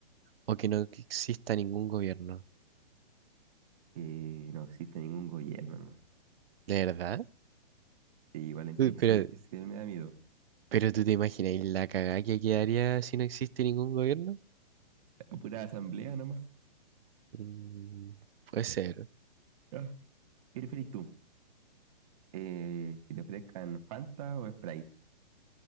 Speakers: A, on the right (about 75°); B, on the right (about 40°).
A: o que no exista ningún gobierno.
B: que no existe ningún gobierno nomás.
A: ¿De verdad?
B: Sí, igual la inteligencia
A: Uy, Pero,
B: artificial me da miedo.
A: pero ¿tú te imaginas la cagada que quedaría si no existe ningún gobierno?
B: A pura asamblea nomás.
A: Mm, puede ser.
B: Ah. ¿Qué preferís tú? Eh, ¿que te ofrezcan Fanta o Sprite?